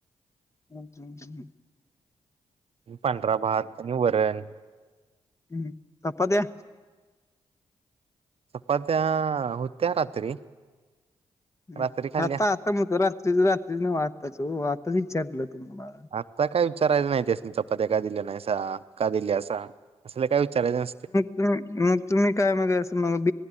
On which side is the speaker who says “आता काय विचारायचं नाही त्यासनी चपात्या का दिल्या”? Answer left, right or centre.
Right